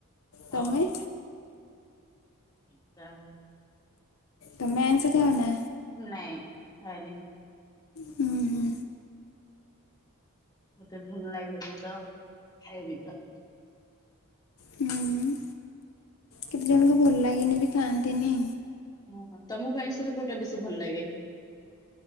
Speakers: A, on the left; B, on the left.
A: ହଉ
B: ତମେ?
A: ଯା ହଉ।
B: ତମେ ଆଇଁଷ ଖାଓନା?
A: ନାଇଁ ଖାଏନି।
B: ହୁଁ ହୁଁ
A: ମତେ ଭଲ ଲାଗେନି ତ ଖାଏନି ତ।
B: ହୁଁ କେତେ ଜଣଙ୍କୁ ଭଲ ଲାଗେନି ବି ଖାଆନ୍ତିନି।
A: ହଁ। ତମକୁ ଆଇଁଷ ରେ କୋଉଟା ବେଶୀ ଭଲ ଲାଗେ?